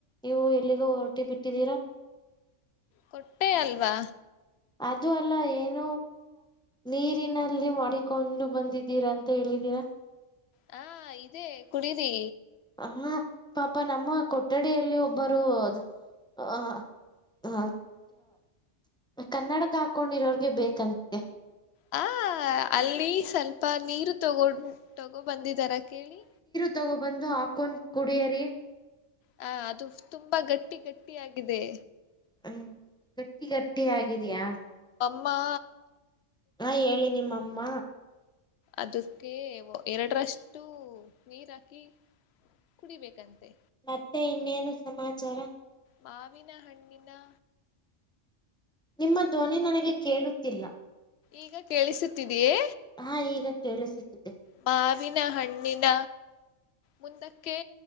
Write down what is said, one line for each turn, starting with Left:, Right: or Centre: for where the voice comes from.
Centre: ನೀವು ಎಲ್ಲಿಗ ಹೊರಟಿ ಬಿಟ್ಟಿದ್ದೀರಾ
Left: ಕೊಟ್ಟೆ ಅಲ್ವಾ
Centre: ಅದು ಅಲ್ಲ ಏನ ನೀರಿನಲ್ಲಿ ಮಾಡಡಿಕೊಂಡು ಬಂದಿದ್ದೀರಾ ಅಂತ ಹೇಳಿದೀರಾ
Left: ಹಾ ಇದದೆ ಕುಡೀರಿ
Centre: ಹಾ ಪಾಪ ನಮ್ಮ ಕೊಠಡಿಯಲ್ಲಿ ಒಬ್ಬರು ಅ ಕನ್ನಡಕ ಹಾಕೊಂಡಿರೋರ್ಗೆ ಬೇಕಂತೆ
Left: ಹ ಅಲ್ಲಿ ಸ್ವಲ್ಪ ನೀರು ತಗೊ ತಗೋ ಬಂದಿದಾರ ಕೇಳಿ
Centre: ತಗೋ ಬಂದು ಹಾಕೊಂಡ್ ಕುಡಿಯರಿ
Left: ಹ ಅದು ತುಂಬಾ ಗಟ್ಟಿ ಗಟ್ಟಿ ಆಗಿದೆ
Centre: ಹ್ಮ್ ಗಟ್ಟಿ ಗಟ್ಟಿ ಆಗಿದಯಾ
Left: ಮ್ಮಾ
Centre: ಹಾ ಹೇಳಿ ನಿಮ್ಮಮ್ಮ
Left: ಅದಕ್ಕೆ ಎರಡರಷ್ಟು ನೀರ ಹಾಕಿ ಕುಡಿಬೇಕಂತೆ
Centre: ಮತ್ತೆ ಇನ್ನೇನು ಸಮಾಚಾರ
Left: ಮಾವಿನ ಹಣ್ಣಿನಾ
Centre: ನಿಮ್ಮ ಧ್ವನಿ ನನಗೆ ಕೇಳುತ್ತಿಲ್ಲ
Left: ಈಗ ಕೇಳಿಸುತ್ತಿದೀಯೇ
Centre: ಹಾ ಈಗ ಕೇಳಿಸುತ್ತಿದೆ
Left: ಮಾವಿನ ಹಣ್ಣಿನ ಮುಂದಕ್ಕೆ